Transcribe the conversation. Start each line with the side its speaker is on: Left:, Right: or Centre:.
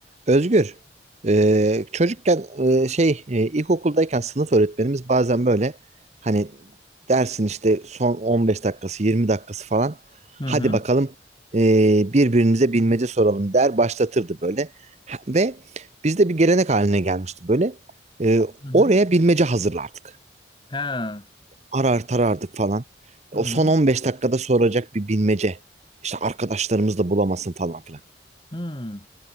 Right: Özgür, e, çocukken e, şey e, ilkokuldayken sınıf öğretmenimiz bazen böyle hani dersin işte son 15 dakikası 20 dakikası falan
Left: Hı
Right: hadi
Left: hı.
Right: bakalım e, birbirimize bilmece soralım der başlatırdı böyle Ha- ve bizde bir gelenek haline gelmişti böyle E,
Left: Hı hı.
Right: oraya bilmece hazırlardık
Left: He. Hı
Right: arar tarardık falan o
Left: hı.
Right: son 15 dakikada soracak bir bilmece işte arkadaşlarımız da bulamasın falan filan
Left: Hı.